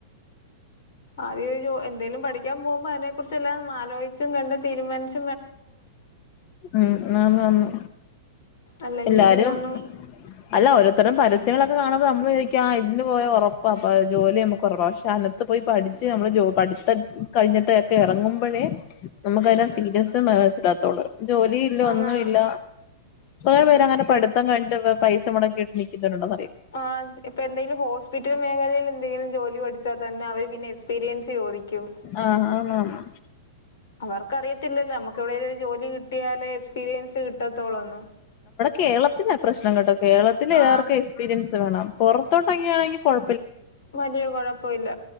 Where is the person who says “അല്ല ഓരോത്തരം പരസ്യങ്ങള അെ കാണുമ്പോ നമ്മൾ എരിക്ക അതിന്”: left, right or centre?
Left